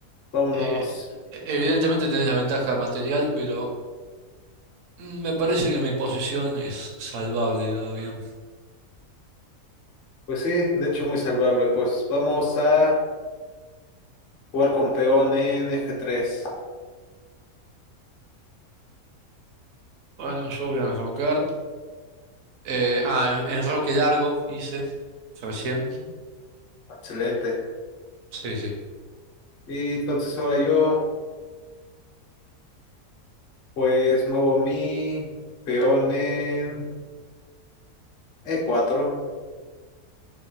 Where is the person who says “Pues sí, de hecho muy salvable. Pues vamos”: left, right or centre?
Left